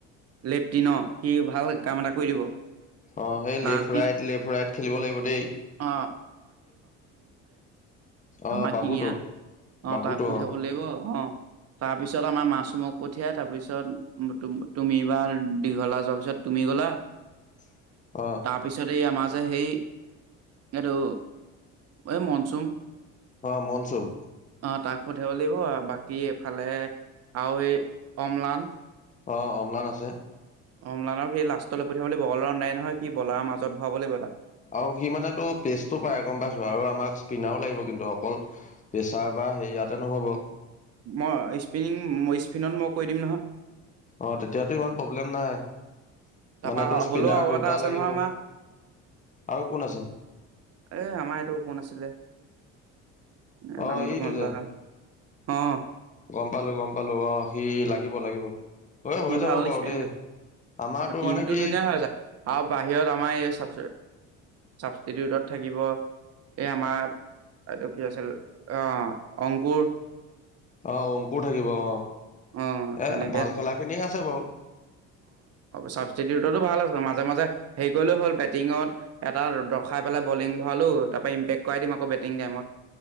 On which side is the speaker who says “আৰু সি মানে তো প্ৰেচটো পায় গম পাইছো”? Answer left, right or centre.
Left